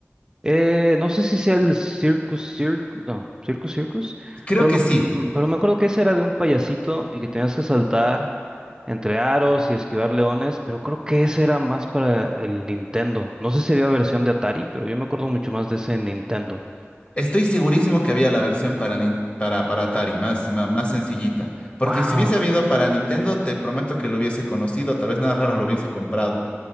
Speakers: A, on the right; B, on the left.
A: Eh, no sé si sea el Circus Circus, no, Circus Circus,
B: Creo
A: pero
B: que
A: me,
B: sí.
A: mm, pero me acuerdo que ese era de un payasito y que tenías que saltar entre aros y esquivar leones, pero creo que ese era más para el Nintendo. No sé si había versión de Atari, pero yo me acuerdo mucho más de ese Nintendo.
B: Estoy segurísimo que había la versión para, Nin- para, para Atari, más, ma- más, sencillita. Porque
A: Wow.
B: si hubiese habido para Nintendo, te prometo que lo hubiese conocido, tal vez nada raro lo hubiese comprado.